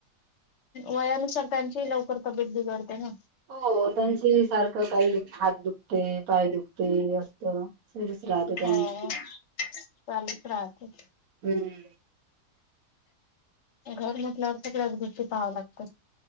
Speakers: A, on the left; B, on the right.
A: वयानुसार त्यांची ही लवकर तब्येत बिघडते ना.
B: हो त्यांचे ही सारखं काही हात दुखतंय पाय दुखतंय अस त सुरूच राहतं त्यांचं.
A: हो चालूच राहते.
B: हम्म
A: घर म्हटल्यावर सगळ्याच गोष्टी पहावं लागतं.